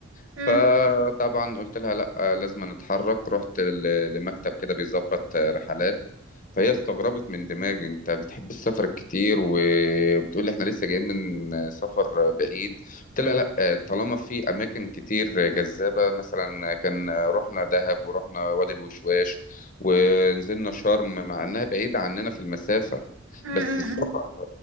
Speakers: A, on the left (about 40°); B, on the right (about 80°).
A: فطبعا
B: مم.
A: قلت لها لا لازم نتحرك رحت ل- لمكتب كده بيظبط رحلات فهي استغربت من دماغي انت بتحب السفر كتير وبتقول لي احنا لسه جايين من سفر بعيد قلت لها لا طالما في اماكن كتير جذابه مثلا كان رحنا دهب ورحنا وادي الوشواش ونزلنا شرم مع انها بعيده عننا في المسافه
B: مم. مم.
A: بس السفر
B: مم.